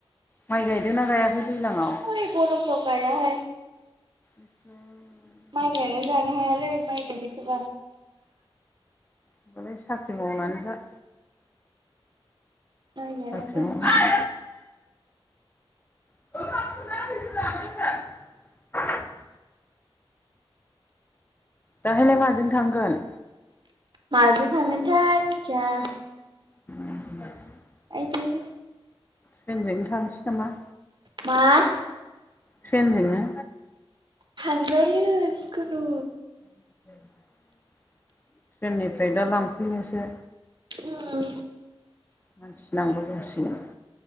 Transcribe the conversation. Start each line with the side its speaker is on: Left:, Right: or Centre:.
Left: माइ गायदोना गायाखै दैज्लाङाव
Right: थोइ गरम फोराव गायाहाय।
Left: इसर
Right: माइ गायनानै जानो हायालै माइ गायनायखौबा।
Left: होमबालाय साख्रि मावनानै जा।
Right: माइ गायनायफ्रानो
Left: साख्रि मावनानै <unintelligible> दाहायलाय माजों थांगोन।
Right: माजों थांगोनथाय मिथिया।
Left: <inaudible>
Right: आयदै
Left: ट्रेनजोंनो थांसै नामा।
Right: मा?
Left: ट्रेनजोंनो।
Right: थांजायो जिखुनु
Left: <inaudible> ट्रेननिफ्राय दा लांफैनोसै।
Right: उम
Left: मानसि नांगौ जासिगोन।